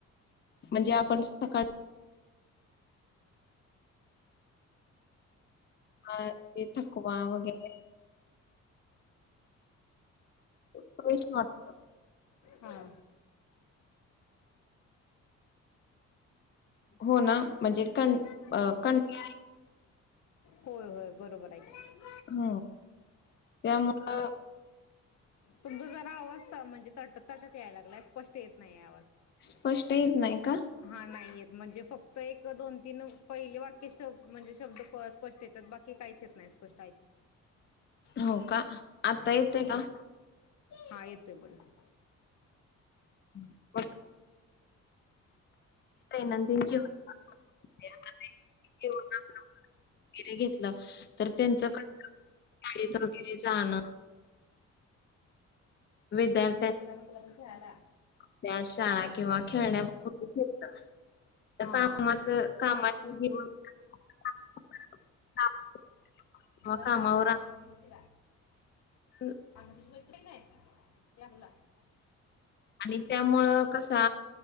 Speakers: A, on the left; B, on the left.
A: म्हणजे आपण सकाळ अं ते थकवा वगैरे प्रवेश <unintelligible>
B: हा
A: हो ना म्हणजे कण
B: हा
A: कंटाळ
B: होय होय बरोबर हाय
A: ह त्यामुळं
B: तुमच जरा आवाज त म्हणजे तटत तटत यायला लागलाय स्पष्ट येत नाही आवाज.
A: स्पष्ट येत नाई का?
B: हा नाई येत म्हणजे फक्त एक दोन तीन पहिले वाक्य श म्हणजे शब्द स्पष्ट येतात बाकी काहीच येत नाय स्पष्ट ऐकू.
A: हो का आता
B: हा
A: येतय का?
B: हा येतोय बगा.
A: <unintelligible> नंदीन जेवाय <inaudible> वगैरे घेतलं तर त्यांच कस गाडीत वगैरे जाणं विद्यार्
B: तुला पण तुला पण खेळायला
A: त्या शाळा किंवा खेळण्या <unintelligible>
B: हा
A: कामाच
B: हा
A: कामा <unintelligible> मग
B: दा
A: कामावर
B: दिली तिला
A: हम
B: <unintelligible>
A: आणि त्यामुळं कसा